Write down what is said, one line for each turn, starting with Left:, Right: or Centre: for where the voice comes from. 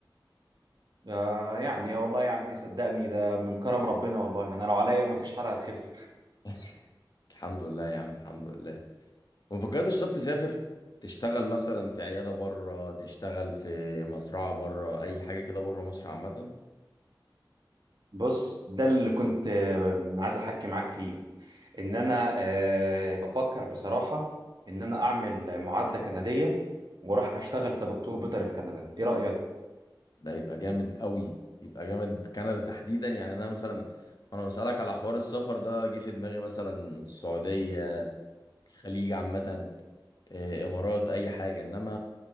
Right: آه، يعني والله يا عبدي صدقني ده من كرم ربنا والله انا لو عليا ما فيش حالة هتخف
Left: <laughs> الحمد لله يا عم الحمد لله ما فكرتش طب تسافر تشتغل مثلا في عيادة بره تشتغل في مزرعة بره أي حاجة كده بره مصر عامة
Right: <laughs> بص ده اللي كنت آه، عايز احكي معاك فيه ان انا آه، بفكر بصراحة ان انا اعمل معادلة كندية واروح اشتغل كدكتور بيطري في كندا ايه رأيك
Left: ده يبقى جامد قوي يبقى جامد كندا تحديدا يعني انا مثلا وانا بسألك على حوار السفر ده جه في دماغي مثلا السعودية الخليج عامة آه، امارات اي حاجة انما